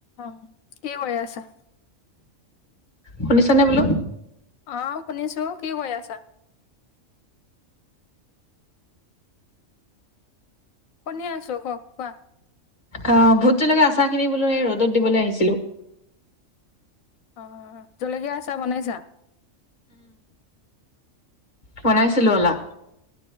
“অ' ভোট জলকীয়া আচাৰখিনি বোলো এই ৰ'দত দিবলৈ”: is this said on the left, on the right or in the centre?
Left